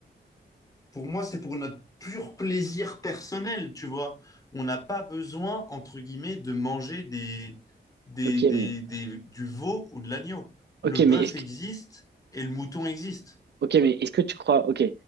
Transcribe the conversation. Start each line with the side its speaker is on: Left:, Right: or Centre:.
Left: Pour moi, c'est pour notre pur plaisir personnel, tu vois. On n'a pas besoin, entre guillemets, de manger des, des,
Right: ok,
Left: des,
Right: mais,
Left: des- du veau ou de l'agneau. Le
Right: ok,
Left: bœuf
Right: mais est-ce
Left: existe et le mouton existe.
Right: Ok, mais est-ce que tu crois, ok,